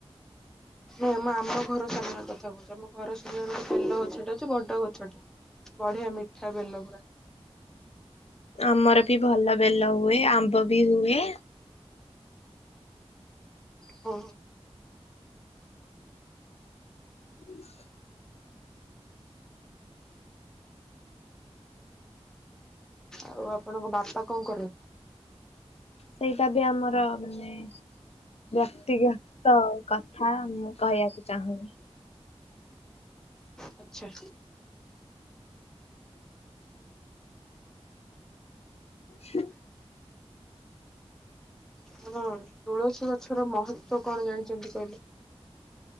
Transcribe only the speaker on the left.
ଆମର ବି ଭଲ ବେଲ ହୁଏ ଆମ୍ବ ବି ହୁଏ।
<unintelligible>
ସେଇଟା ବି ଆମର ମାନେ ବ୍ୟକ୍ତିଗତ କଥା ମୁଁ କହିବାକୁ ଚାହୁଁନି।
<inaudible>